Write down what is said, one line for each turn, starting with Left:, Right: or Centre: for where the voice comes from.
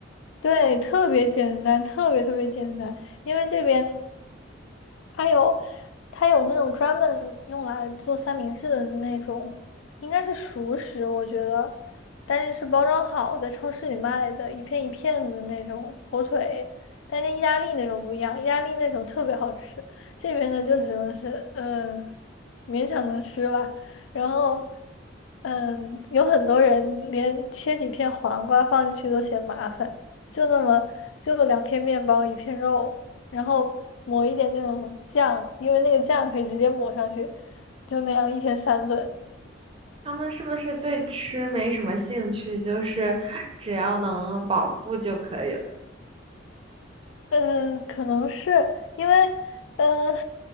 Left: 对，特别简单，特别特别简单，因为这边。它有它有那种专门用来做三明治的那种，应该是熟食，我觉得，但是是包装好，在超市里卖的，一片一片的那种火腿，但跟意大利那种不一样，意大利那种特别好吃，这边的就只能是嗯勉强能吃吧，然后。嗯，有很多人连切几片黄瓜放进去都嫌麻烦，就那么就两片面包一片肉，然后抹一点那种酱，因为那个酱可以直接抹上去，就那样一天三顿。
Right: 他们是不是对吃没什么兴趣？就是只要能饱腹就可以了。
Left: 嗯，可能是因为，嗯，